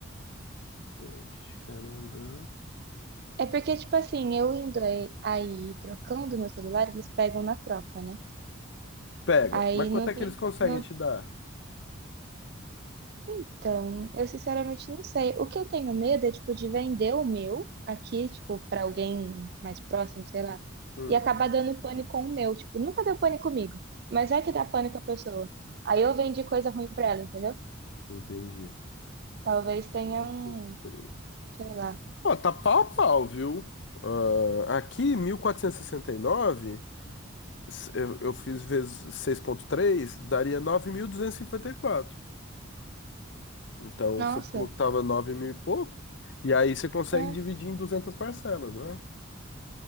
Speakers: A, on the left; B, on the right.
A: Poxa, caramba.
B: É porque, tipo assim, eu indo aí aí trocando meu celular, eles pegam na troca, né?
A: Pega.
B: Aí
A: Mas quanto
B: não
A: é
B: tem.
A: que eles conseguem
B: Não
A: te dar?
B: Então, eu sinceramente não sei. O que eu tenho medo é, tipo, de vender o meu aqui, tipo, pra alguém mais próximo, sei lá,
A: Hum,
B: e acabar dando pane com o meu. Tipo, nunca deu pane comigo, mas é que dá pane com a pessoa. Aí eu vendi coisa ruim pra ela, entendeu?
A: entendi.
B: Talvez
A: seis
B: tenha
A: ponto
B: um,
A: três
B: sei lá.
A: Ó, tá pau a pau, viu? Ah, aqui, 1469, s- eu, eu fiz vezes seis ponto três daria nove mil duzentos e e cinquenta e quatro Então,
B: Nossa,
A: você falou que tava 9 mil e pouco, e aí você consegue
B: é.
A: dividir em 200 parcelas, né?